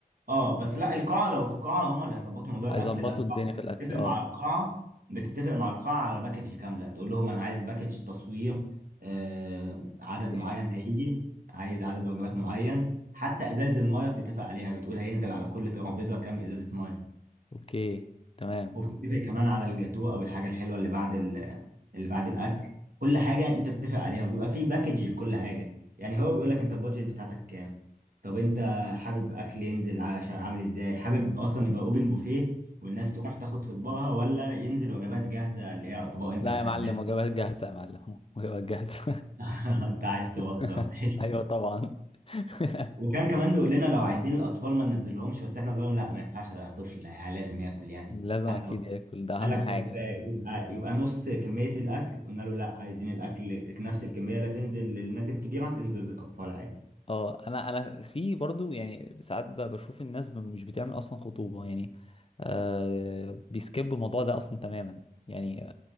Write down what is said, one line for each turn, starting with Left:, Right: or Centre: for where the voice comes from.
Right: اه بس لا القاعة لو في قاعة هم اللي هيظبطوا موضوع الأكل
Left: هيظبطوا
Right: ده القاعة
Left: الدنيا
Right: بتتفق
Left: في الأكل اه
Right: مع القاعة بتتفق مع القاعة على باكج كاملة تقول لهم أنا عايز باكج تصوير آه عدد
Left: اوكي
Right: معين هيجي عايز عدد وجبات معين حتى إزاز المية بتتفق عليها بتقول هينزل على كل ترابيزة كام إزازة مية
Left: أوكي تمام
Right: وبتتفق كمان على الجاتوه او الحاجه الحلوه اللي بعد ال- اللي بعد الاكل كل حاجه انت بتتفق عليها وبيبقى في باكج لكل حاجه يعني هو بيقول لك انت البادجت بتاعتك كام طب انت حابب اكل ينزل عشان عامل ازاي حابب اصلا يبقى اوبن بوفيه والناس تروح تاخد في اطباقها ولا ينزل وجبات جاهزه اللي هي اطباق انت
Left: لا
Right: محددها
Left: يا معلم وجبات جاهزة يا معلم وجبات جاهزة
Right: <laughs> انت عايز توفر
Left: <laughs> أيوة
Right: <laughs>
Left: طبعا <laughs>
Right: وكان كمان بيقول لنا لو عايزين الاطفال ما ننزلهمش بس احنا بنقول لهم لا ما ينفعش ده طفل يعني لازم ياكل يعني
Left: لازم
Right: حتى
Left: أكيد ياكل ده أهم
Right: قال لك
Left: حاجة
Right: طب آه، يبقى يبقى نص كمية الأكل قلنا له لا عايزين الأكل نفس الكمية لا تنزل للناس الكبيرة تنزل للأطفال عادي
Left: اه أنا أنا في برضو يعني ساعات ب- بشوف الناس ب- مش بتعمل أصلا خطوبة يعني آه بيسكبوا الموضوع ده أصلا تماما يعني